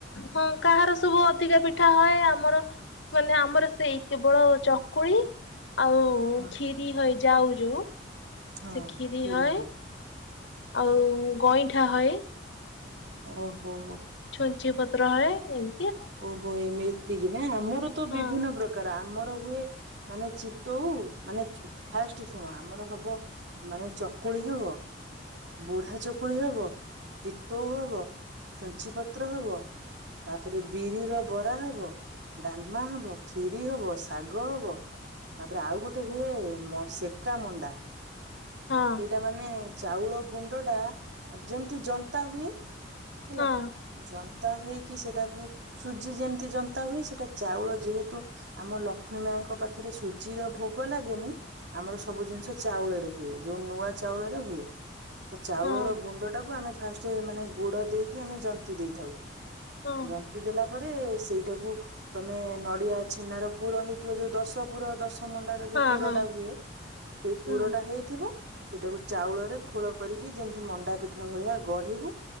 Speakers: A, on the left; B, on the right.
A: ହଁ କାହାର ସବୁ ଅଧିକା ପିଠା ହଏ ଆମର ମାନେ ଆମର ସେଇ କେବଳ ଚକୁଳି ଆଉ
B: ହଁ
A: ଖିରି ହଏ ଯାଉ ଯୋଉ
B: ହଁ
A: ସେ ଖିରୀ
B: ଖିରି
A: ହଏ,
B: ହୁଏ
A: ଆଉ ଗଇଁଠା ହଏ।
B: ଓହୋ।
A: ଛୁଞ୍ଚି ପତ୍ର ହଏ ଏମ
B: ଓହୋ ଏମିତି ହି ନା ଆମର ତ ବିଭିନ୍ନ
A: ଆଉ
B: ପ୍ରକାର, ଆମର ହୁଏ ମାନେ ଚିତଉ ମାନେ ଚ ଫାର୍ଷ୍ଟ ଶୁଣ ଆମର ହବ ମାନେ ଚକୁ କୁଳି ହବ। ବୁଢା ଚକୁଳି ହବ, ଚିତଉ ହବ, ଛୁଞ୍ଚି ପତ୍ର ହବ ତାପରେ ବିରିର ବରା ହବ, ଡାଲମା ହବ, ଖିରୀ ହବ, ଶାଗ ହବ ତାପରେ ଆଉ ଗୋଟେ ହୁଏ ମ ସେକା ମଣ୍ଡା।
A: ହଁ
B: ସେଇଟା ମାନେ ଚାଉଳ ଗୁଣ୍ଡଟା ଯେମତି ଯନ୍ତା ହୁଏ ହେଲା
A: ହଁ
B: ଯ ନ୍ତା ହେଇକି ସେଟାକୁ ସୁଜି ଯେମତି ଯନ୍ତା ହୁଏ ସେଟା ଚାଉଳ ଯେହେତୁ ଆମ ଲକ୍ଷ୍ମୀ ମା ଙ୍କ ପାଖରେ ସୁଜିର ଭୋଗ ଲାଗେନି ଆମର ସବୁ ଜିନିଷ ଚାଉଳରେ ହୁଏ। ଯୋଉ ନୂଆ ଚାଉଳରେ ହୁଏ ତ ଚାଉଳର
A: ହଁ
B: ଗୁଣ୍ଡଟାକୁ ଆମେ ଫାଷ୍ଟ ମାନେ ଗୁଡ ଦେଇକି ଆମେ ଯନ୍ତି ଦେଇଥାଉ
A: ହଁ ହଁ
B: ଯନ୍ତି ଦେଲା ପରେ ସେଇଟାକୁ ତମେ ନଡିଆ ଛେନାର ପୁର ହେଇଥିବ ଯୋଉ ଦଶ ଦଶପୁର ଦଶ ମଣ୍ଡାର
A: ହଁ
B: ଯୋଉ ପୁରଟା
A: ହଁ
B: ହୁଏ ସେଇ ପୁରଟା
A: ହଁ
B: ହେଇଥିବ ସେଇଟାକୁ ଚାଉଳରେ ଖୋଳ କରିକି ଯେମିତି ମଣ୍ଡା ପିଠା ଭଳିଆ ଗଢିବୁ